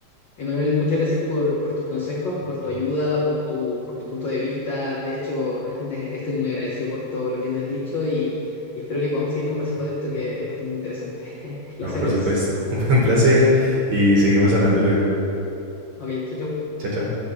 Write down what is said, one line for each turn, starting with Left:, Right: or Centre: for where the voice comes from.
Left: Emanuel, muchas gracias por, por tus consejos, por tu ayuda, por tu, por tu punto de vista. De hecho, <laughs> de- estoy muy agradecido por todo lo que me has dicho y, y espero que podamos seguir conversando de esto que es bastante interesante. <laughs> Los
Right: No,
Left: héroes.
Right: por supuesto. <laughs> Un, un placer y seguimos hablando luego.
Left: Ok, chao, chao.
Right: Chao, chao.